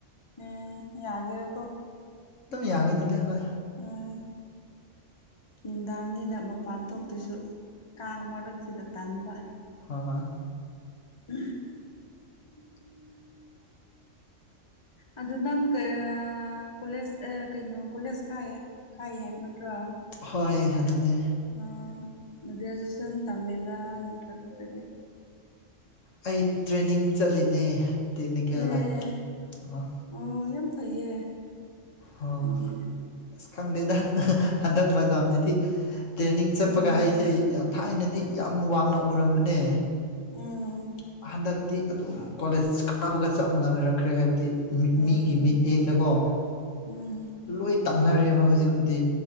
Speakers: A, on the left; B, on the left.
A: ꯎꯝ ꯌꯥꯒꯤꯔꯀꯣ
B: ꯑꯗꯨꯝ ꯌꯥꯒꯅꯤꯗ ꯍ
A: ꯑꯣꯏ ꯅꯨꯡꯗꯥꯡꯅꯤꯅ ꯃꯄꯥꯟ ꯊꯣꯛꯇꯣꯏꯁꯨ ꯀꯥꯡ ꯃꯔꯛꯁꯤꯗ ꯇꯟꯥꯟꯕ
B: ꯍꯣꯏ ꯍꯣꯏ
A: ꯎ ꯑꯗꯨ ꯅꯪ ꯀ ꯀꯣꯂꯦꯁ ꯑ ꯀꯩꯅꯣ ꯀꯣꯂꯦꯁ ꯀꯥꯏ ꯀꯔꯤ ꯍꯥꯏꯕ ꯅꯠꯇ꯭ꯔꯣ
B: ꯍꯣꯏ ꯑꯗꯨꯅꯦ
A: ꯑ ꯭ꯔꯦꯖꯨꯌꯦꯁꯟ ꯊꯝꯃꯦꯒ ꯅꯠꯇ꯭ꯔꯒ ꯐꯗꯤ
B: ꯑꯩ ꯇ꯭ꯔꯦꯅꯤꯡ ꯆꯠꯂꯤꯅꯦ ꯇꯦꯛꯅꯤꯀꯦꯜ
A: ꯑꯦ
B: ꯂꯥꯏꯟꯗ ꯑꯣ
A: ꯑꯣ ꯌꯥꯝ ꯐꯩꯌꯦ
B: ꯑꯣ
A: ꯑꯗꯨꯗꯤ
B: ꯑꯁ ꯈꯪꯗꯦꯗ ꯍꯟꯗꯛ ꯍꯟꯖꯐꯝꯁꯤꯗꯤ ꯇ꯭ꯔꯦꯅꯤꯡ ꯆꯠꯄꯒ
A: ꯎꯝ
B: ꯍꯥꯏꯁꯦ ꯑꯩ ꯌꯥꯝ ꯊꯥꯏꯅꯗꯤ ꯌꯥꯝ ꯋꯥꯡꯅ ꯎꯔꯝꯕꯅꯦ
A: ꯎꯝ
B: ꯍꯟꯗꯛꯇꯤ ꯑꯗꯨꯝ ꯀꯣꯂꯦꯖ ꯀꯥꯕꯒ ꯆꯞ ꯃꯅꯈ꯭ꯔꯛꯈ꯭ꯔꯦ ꯍꯥꯏꯕꯗꯤ ꯃꯤꯠ
A: ꯑꯦ
B: ꯃꯤꯒꯤ ꯃꯤꯠ ꯏꯗꯨꯀꯣ
A: ꯎꯝ
B: ꯂꯣꯏ ꯇꯝꯅꯔꯦꯕ ꯍꯧꯖꯤꯛꯄꯨꯗꯤ